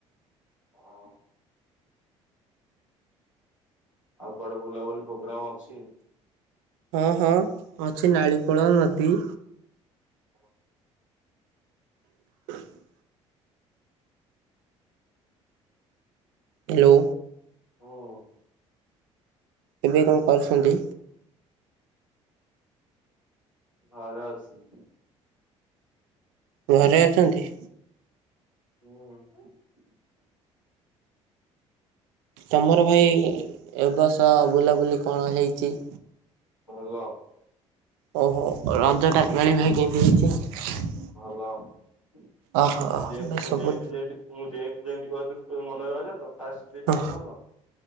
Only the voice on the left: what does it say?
ହଁ ଆଉ କୁଆଡେ ବୁଲାବୁଲି ପ୍ରୋଗ୍ରାମ ଅଛି?
ହଁ।
ହୁଁ
ଘରେ ଅଛି।
ହୁଁ।
ଭଲ।
ଭଲ। ମୋ
ଝିଅ ଅଛି
ମୋ
ଝିଅ ଅଛି ସେଇଠି। ମୁଁ ଯେମତି ଯେମତି କହିଥିଲି ସବୁ ମନେ ରହିଲା ତ। ଫାଷ୍ଟ ଦିଟାଙ୍କ
କଲ।